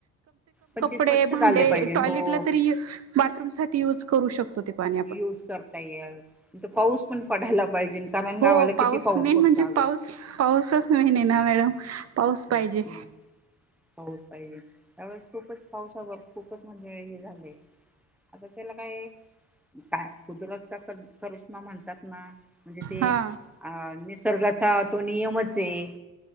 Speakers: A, in the centre; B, on the right.
A: पण ते
B: कपडे
A: स्वच्छ झाले
B: भांडे
A: पाहिजे
B: टॉयलेटला
A: हो
B: तरी बाथरूम साठी युज करू शकतो ते पाणी आपण
A: यूज करता पाऊस पण पडायला पाहिजे कारण
B: हो
A: गावाला
B: पाऊस
A: किती
B: मेन
A: पडतो
B: म्हणजे
A: अगं.
B: पाऊस पाऊसच मेन ना मॅडम पाऊस
A: हम्म
B: पाहिजे
A: पाऊस पाहिजे त्याळेस खूपच पावसावर खूपच म्हणजे हे झालंय आता त्याला काय काय कुदरत का करिश्मा म्हणतात ना म्हणजे ते
B: हा
A: अ निसर्गाचा तो नियमच आहे